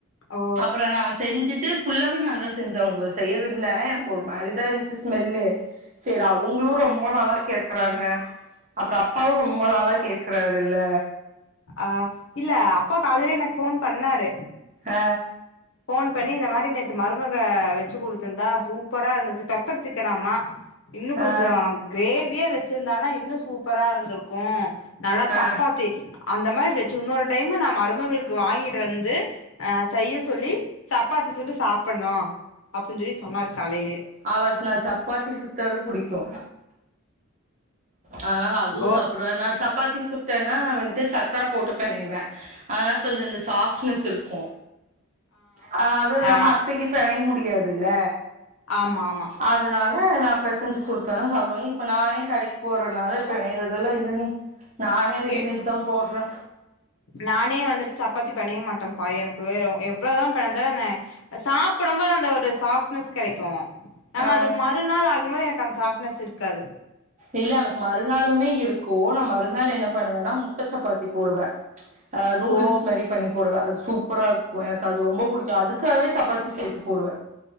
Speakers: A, on the left (about 65°); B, on the right (about 35°).
A: ஓ
B: அப்ற நா செஞ்சுட்டு ஃபுல்லாவவே நான் தா செஞ்சே அவுங்கள செய்யவிடல எனக்கு ஒரு மாரிதா இருந் ச்சு ஸ்மெல்லு சரி அவுங்களு ரொம்ப நாளா கேக்குறாங்க அப்புற அப்பாவு ரொம்ப நாளா கேக்குறாரு இல்ல
A: ஆ இல்ல அப்பா காலையில எனக்கு ஃபோன் பண்ணாரு
B: ஆ
A: ஃபோன் பண்ணி இந்த மாரி நேத்து மருமக வெச்சு குடுத்துருந்தா சூப்பரா இருந்துச்சு பெப்பர் சிக்கனாமா இன்னு கொஞ்ச
B: ஆ
A: கிரேவியா வெச்சிருந்தானா இன்னு சூப்பரா இருந்திருக்கு நல்லா
B: ஆ
A: சப்பாத்தி அந்த மாரி வெச்சு இன்னொரு டைமு நா மருமகளுக்கு வாங்கிட்டு வந்து அ செய்ய சொல்லி சப்பாத்தி சுட்டு சாப்பிடணு அப்டின்னு சொல்லி சொன்னாரு காலையிலயே
B: அவர்க்கு நா சப்பாத்தி சுட்டாலு பிடிக்கு அதுனால அதுவு
A: கோ
B: சாப்பிடுவார் நா சப் சப்பாத்தி சுட்டேன்னா நா வந்துட்டு சர்க்கரை போட்டு பிணைவே அதனால கொஞ்ச அந்த சாஃப்ட்னஸ் இருக்கு ஆ அது இல்லாம
A: ஆ
B: அத்தைக்கு பினைய முடியாதுல்ல
A: ஆமா ஆமா
B: அதனால் ல நா பெசைஞ்சு குடுத்தேன்னா சாப்பிடுவாங்க இப்ப நானே கடைக்கு போறனால இப்ப பிணைறதெல்லா இல்லைங்க நானே ரெடிமேட்
A: இ
B: தான் போடுறே
A: நானே வந்துட்டு சப்பாத்தி பெணைய மாட்டேன் பா எனக்கு வே எவ்வளவுதா பெனஞ்சாலு அந்த சாப்படும்போது அந்த ஒரு சாஃப்ட்னஸ் கெடைக்கு நம்ம
B: ஆ
A: அது மறுநாள் ஆகும்போது எனக்கு அந்த சாஃப்ட்னஸ் இருக்காது
B: இல்ல எனக்கு மறுநாளுமே இருக்கு நான் மறுநாள் என்ன பண்ணுவேன்னா முட்டை சப்பாத்தி போடுவே அ நூடுல்ஸ்
A: ஓ
B: மாரி பண்ணி போடுவே அது சூப்பரா இருக்கு எனக்கு அது ரொம்ப பிடிக்கு அதுக்காகவே சப்பாத்தி சேத்து போடுவே